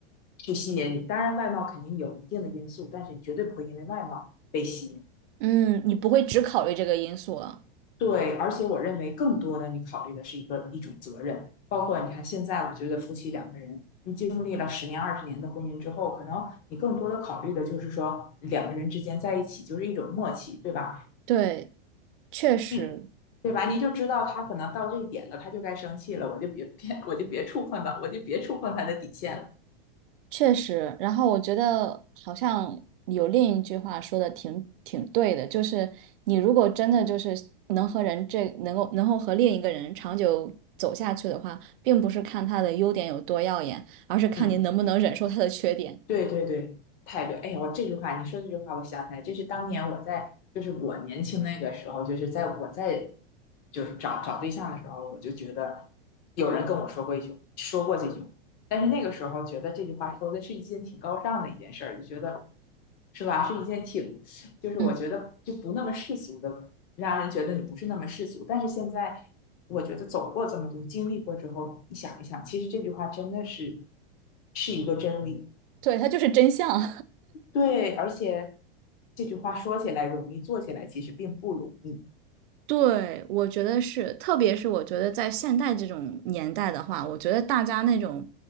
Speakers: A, on the left; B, on the right.
A: 去吸引你。当然，外貌肯定有一定的因素，但是你绝对不会因为外貌被吸引。
B: 嗯，你不会只考虑这个因素了。
A: 对，而且我认为更多的你考虑的是一个一种责任，包括你看现在，我觉得夫妻两个人，你经历了十年、二十年的婚姻之后，可能你更多的考虑的就是说两个人之间在一起就是一种默契，对吧？
B: 对，确实。
A: 你对吧？你就知道他可能到这一点了，他就该生气了，我就别别我就别触碰到，我就别触碰他的底线了。
B: 确实，然后我觉得好像有另一句话说的挺挺对的，就是你如果真的就是能和人这能够能够和另一个人长久走下去的话，并不是看他的优点有多耀眼，而是看你能不能忍受他的缺点。
A: 嗯，对对对，太对！哎呦，我这句话你说这句话，我想起来，这是当年我在，就是我年轻那个时候，就是在我在就是找找对象的时候，我就觉得有人跟我说过一句，说过这句话，但是那个时候觉得这句话说的是一件挺高尚的一件事儿，就觉得是吧，是一件挺，就是我觉得就不那么世俗的，
B: 嗯，
A: 让人觉得你不是那么世俗。但是现在我觉得走过这么多，经历过之后，你想一想，其实这句话真的是是一个真理。
B: 对，他就是真相。
A: 对，而且这句话说起来容易，做起来其实并不容易。
B: 对，我觉得是，特别是我觉得在现代这种年代的话，我觉得大家那种